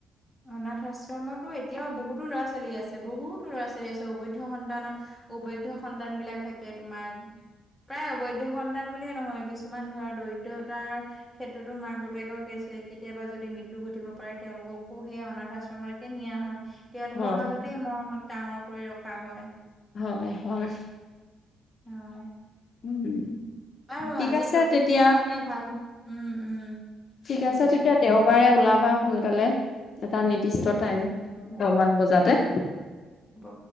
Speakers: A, in the centre; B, on the left.
A: অনাথ আশ্ৰমতো এতিয়াও বহুতো ল'ৰা- ছোৱালী আছে বহুত তো ল'ৰা-ছোৱালী আছে অবৈধ সন্তানৰ অবৈধ সন্তান বিলাক থাকে তোমাৰ প্ৰায় অবৈধ সন্তান বুলিয়ে নহয় কিছুমান ধৰা দৰিদ্ৰতাৰ ক্ষেত্ৰতো মাক-বাপেকৰ গেইছে কেতিয়াবা যদি মৃত্যু ঘটিব পাৰে তেওঁলোকক আকো সেই অনাথ আশ্ৰমলৈকে নিয়া হয়। তেওঁলোকৰ
B: হয়
A: মাজতে মৰমত ডাঙৰ কৰি ৰখা হয়।
B: হয় হয়
A: হয়
B: উম
A: আৰু আজিৰ
B: ঠিক আছে
A: টপিকটো
B: তেতিয়া
A: মানে ভাল, উম উম
B: ঠিক
A: ভাল
B: আছে
A: লাগিলে
B: তেতিয়া দেওবাৰে ওলাবা সোনকালে। এটা নিৰ্দিষ্ট
A: ঠিক আছে
B: টাইম
A: ঠিক আছে,
B: দহমান বজাতে
A: হ'ব